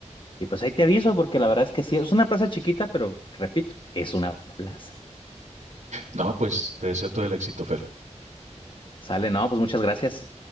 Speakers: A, on the left; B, on the right.
A: Y pues ahí te aviso, porque la verdad es que sí, es una plaza chiquita, pero repito, es una plaza.
B: No, pues te deseo todo el éxito, Fer.
A: Sale, no, pues muchas gracias.